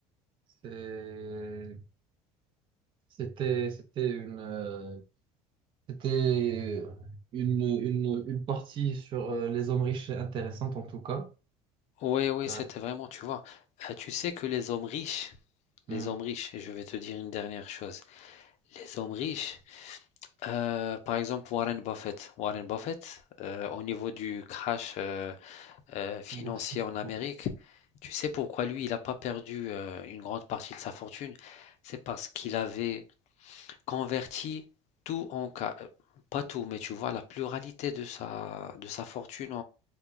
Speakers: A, on the right; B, on the left.
A: C'est- C'était, c'était une, euh, c'était une, une, une partie sur euh, les hommes riches intéressante en tout cas.
B: Oui, oui,
A: Euh,
B: c'était vraiment, tu vois. euh, tu sais que les hommes riches,
A: hmm,
B: les hommes riches, et je vais te dire une dernière chose, les hommes riches, euh, par exemple Warren Buffett, Warren Buffett, euh, au niveau du crash euh, euh, financier
A: Boursier.
B: en Amérique,
A: Ouais.
B: tu sais pourquoi lui, il n'a pas perdu euh, une grande partie de sa fortune? C'est parce qu'il avait converti tout en, ca- euh, pas tout, mais tu vois, la pluralité de sa, de sa fortune